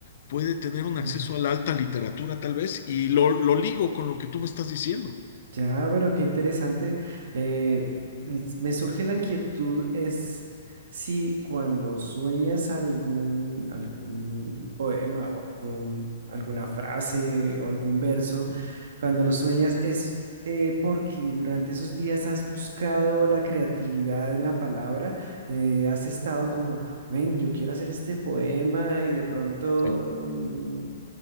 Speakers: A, on the left (about 50°); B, on the right (about 60°).
A: puede tener un
B: <clears throat>
A: acceso a la alta literatura tal vez, y lo, lo ligo con lo que tú me estás diciendo.
B: Ya, pero qué interesante. Eh, el- me surge la inquietud es si cuando sueñas algún, algún poema o algún, alguna frase o algún verso,
A: Sí,
B: cuando lo sueñas es eh, porque durante esos días has buscado la creatividad en la palabra, eh, has estado como, ven, yo quiero hacer este poema y de pronto
A: sí,
B: mm,